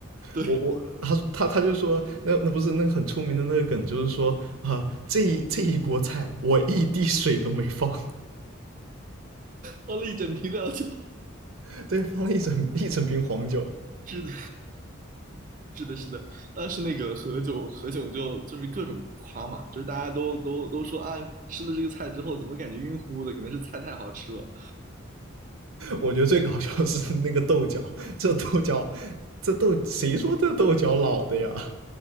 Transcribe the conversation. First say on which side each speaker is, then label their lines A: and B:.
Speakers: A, on the right; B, on the right.
A: 对
B: 我我他他他就说，那那不是那个很出名的那个梗，就是说啊、这一这一锅菜我一滴水都没放，
A: 放了一整瓶料酒，
B: <laughs> 对，放了一整一整瓶黄酒。
A: 是的，是的，是的。当时那个何炅何炅就就是各种夸嘛，就是大家都都都说啊，吃了这个菜之后怎么感觉晕乎乎的，可能是菜太好吃了。
B: 我觉得最搞笑的是那个豆角，这豆角，这豆谁说这豆角老的呀？